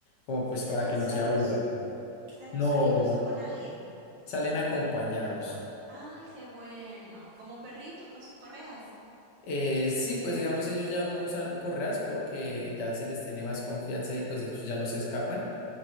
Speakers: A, on the left; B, on the right.
A: como pues
B: ¿y salen
A: para que
B: solos?
A: no se aburran.
B: ¿Salen
A: No,
B: solitos o con alguien?
A: salen acompañados.
B: Ay, qué bueno, como perritos con sus correas.
A: Eh, sí, pues digamos ellos ya no usan correas porque ya se les tiene más confianza y pues ellos ya no se escapan.